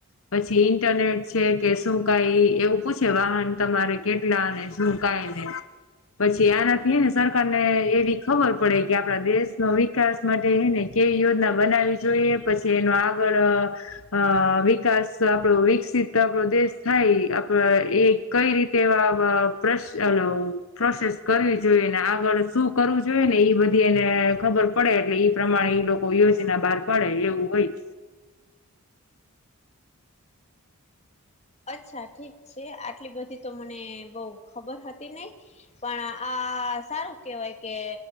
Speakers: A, on the left; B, on the left.
A: પછી ઇન્ટરનેટ છે, કે શું કઈ એવું પૂછે વાહન તમારે કેટલા અને શુંકાય ને પછી આનાથી ને સરકાર ને એવી ખબર પડે કે આપડા દેશનો વિકાસ માટેને કેવી યોજના બનાવી જોઈએ, પછી એનો આગળ અ વિકાસ આપો વિકસિત આપડો દેશ થાય આપડ એ કઈ રીતે એવા <inaudible> પ્રોસેસ કરવી જોઈએ, ને આગળ શું કરવું જોઈએ, ને એ બધી એને ખબર પડે એટલે પ્રમાણે એ લોકો કો યોજના બહાર પડે એવું હોય, જ
B: અચ્છા ઠીક છે, આટલી બધી તો મને બઉ ખબર હતી નહી. પણ આ સારું કેહેવાય કે